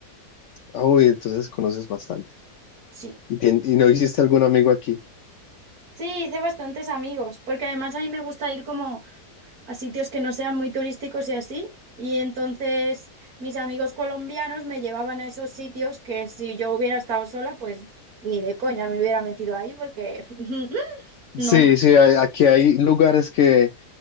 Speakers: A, on the left; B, on the right.
A: Ah, Uy, entonces conoces bastante.
B: Sí,
A: ¿Y, tien- y no hiciste algún amigo aquí?
B: sí, hice bastantes amigos, porque además a mí me gusta ir como a sitios que no sean muy turísticos y así, y entonces mis amigos colombianos me llevaban a esos sitios que si yo hubiera estado sola, pues ni de coña me hubiera metido ahí, porque <laughs> no.
A: Sí, sí, hay- aquí hay lugares que